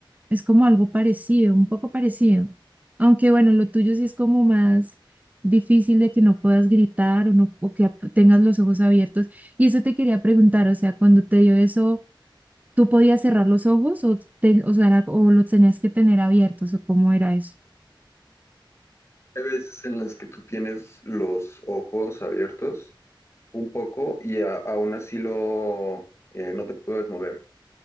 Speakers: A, on the right; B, on the left.
A: es como algo parecido, un poco parecido. Aunque bueno, lo tuyo sí es como más difícil de que no puedas gritar o, no, o que ap- tengas los ojos abiertos. Y eso te quería preguntar, o sea, cuando te dio eso, ¿tú podías cerrar los ojos o, te- o sea, era- o los tenías que tener abiertos o cómo era eso?
B: Hay veces en las que tú tienes los ojos abiertos un poco y a- aún así lo, eh, no te puedes mover.